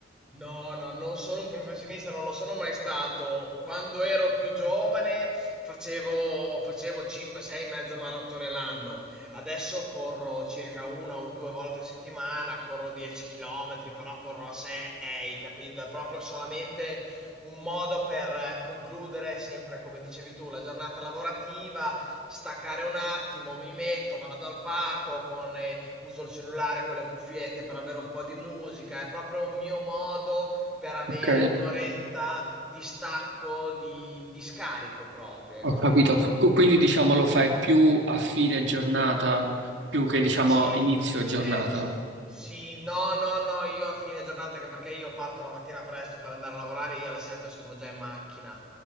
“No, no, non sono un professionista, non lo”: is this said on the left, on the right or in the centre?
Centre